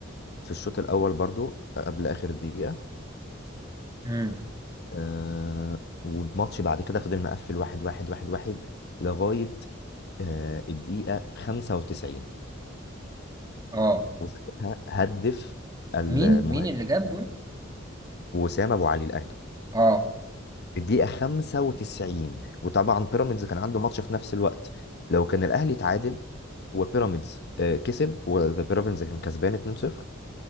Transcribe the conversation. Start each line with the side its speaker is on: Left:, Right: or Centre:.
Left: في الشوط الاول برضو آه، قبل اخر دقيقه
Right: امم
Left: آه والماتش بعد كده فضل مقفل واحد واحد واحد واحد لغايه آه الدقيقه 95
Right: اه
Left: وساعتها هدف المهاجم
Right: مين مين اللي جاب جول؟
Left: وسام ابو علي الاهلي
Right: اه
Left: في الدقيقه 95 وطبعا بيراميدز كان عنده ماتش في نفس الوقت لو كان الاهلي تعادل وبيراميدز آه، كسب وبيراميدز كان كسبان 2-0